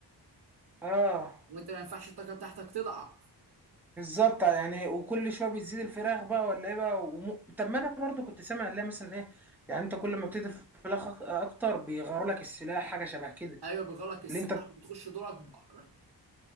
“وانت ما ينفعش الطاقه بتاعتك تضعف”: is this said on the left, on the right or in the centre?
Right